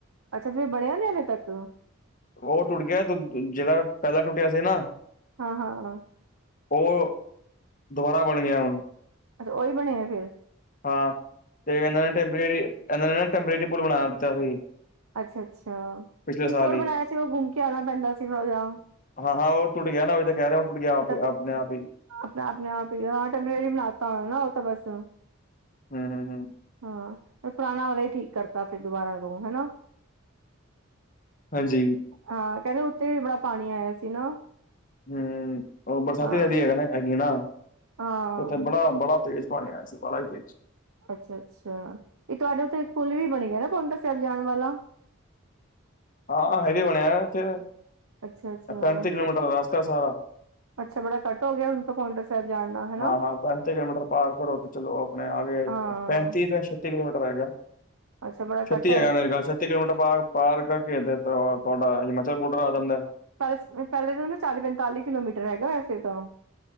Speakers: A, on the right; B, on the left.
A: ਅੱਛਾ ਫਿਰ ਬਣਿਆ ਨੀ ਹਲੇ ਤੱਕ
B: ਓ ਟੁੱਟ ਗਿਆ ਜ ਜੇੜਾ ਪੈਲਾਂ ਟੁੱਟਿਆ ਸੀ ਨਾ
A: ਹਾਂ-ਹਾਂ-ਹਾਂ।
B: ਓ ਅ ਦੁਬਾਰਾ ਬਣ ਗਿਆ ਹੁਣ।
A: ਅੱਛਾ ਓਈ ਬਣਿਐ ਫ਼ਿਰ।
B: ਹਾਂ ਤੇ ਏਨਾਂ ਨੇ ਟੈਂਪਰੇਰੀ ਏਨਾਂ ਨੇ ਨਾ ਟੈਂਪਰੇਰੀ ਪੁਲ ਬਣਾ ਦਿੱਤਾ ਸੀ
A: ਅੱਛਾ-ਅੱਛਾ
B: ਪਿਛਲੇ ਸਾਲ
A: ਇੱਕ ਹੋਰ
B: ਹੀ
A: ਬਣਾਇਆ ਸੀ ਓ ਗੁੰਮ ਕੇ ਆਣਾ ਪੈਂਦਾ ਸੀ ਥੋੜਾ ਜਾ।
B: ਹਾਂ-ਹਾਂ ਓ ਟੁੱਟ ਗਿਆ ਨਾ ਓ ਈ ਤਾਂ ਕੈ ਰਿਆ ਓ ਟੁੱਟ ਗਿਆ ਆਪ
A: ਅੱਛਾ
B: ਆਪਣੇ ਆਪ ਈ
A: ਆਪਣਾ ਆਪਣੇ ਆਪ ਈ ਟੈਂਪਰੇਰੀ ਬਣਾਤਾ ਓ ਨਾ ਓ ਤਾਂ ਬੱਸ।
B: ਹੂੰ-ਹੂੰ-ਹੂੰ
A: ਹਾਂ ਏ ਪੁਰਾਣਾ ਵਾਲਾ ਈ ਠੀਕ ਕਰਤਾ ਫਿਰ ਦੁਬਾਰਾ ਤੋਂ ਹਨਾ।
B: ਹਾਂਜੀ।
A: ਹਾਂ ਕੈਂਦੇ ਉੱਤੇ ਵੀ ਬੜਾ ਪਾਣੀ ਆਇਆ ਸੀ ਨਾ।
B: ਹੂੰ ਓ ਬਰਸਾਤੀ
A: ਹਾਂ
B: ਨਦੀ ਹੈਗਾ ਹੈਗੀ ਨਾ ਤੇ
A: ਹਾਂ
B: ਉੱਥੇ ਬੜਾ-ਬੜਾ ਤੇਜ਼ <unintelligible>
A: ਅੱਛਾ-ਅੱਛਾ ਤੇ ਤੁਹਾਡੇ ਉੱਥੇ ਪੁਲ ਵੀ ਬਣ ਗਿਆ ਨਾ ਪਉਂਟਾ ਸਾਇਬ ਜਾਣ ਵਾਲਾ‌।
B: <inaudible> ਹਾਂ ਹਾਈਵੇ ਬਣਿਆ ਇੱਥੇ
A: ਅੱਛਾ ਅੱਛਾ
B: ਪੈਂਤੀ ਕਿਲੋਮੀਟਰ ਦਾ ਰਸਤਾ ਸਾਰਾ।
A: ਅੱਛਾ ਬੜਾ ਕੱਟ ਹੋ ਗਿਆ ਹੁਣ ਤਾਂ ਪੋਂਟਾ ਸਾਹਿਬ ਜਾਣ ਦਾ ਹਨਾ
B: ਹਾਂ-ਹਾਂ ਪੰਜ ਛੇ ਕਿਲੋਮੀਟਰ ਪਾਰ ਕਰੋ ਚਲੋ ਆਪਣੇ ਆਵੇ
A: ਹਾਂ
B: ਪੈਂਤੀ ਤੋਂ ਛ ਤੀ ਕਿਲੋਮੀਟਰ ਹੈਗਾ
A: ਅੱਛਾ ਬੜਾ
B: ਛੱਤੀ
A: ਕੱਟ
B: ਹੈਗਾ ਮੇਰੇ ਖਿਆਲ ਛੱਤੀ ਕਿਲੋਮੀਟਰ ਪਾਰ ਕਰਕੇ <inaudible> ਤੁਹਾਡਾ ਹਿਮਾਚਲ ਬੋਡਰ ਆ ਜਾਂਦੈ।
A: ਪੈਲਸ ਪੈਲੇ ਤਾਂ ਨਾ ਚਾਲੀ ਪੰਤਾਲੀ ਕਿਲੋਮੀਟਰ ਹੈਗਾ ਵੈਸੇ ਤਾਂ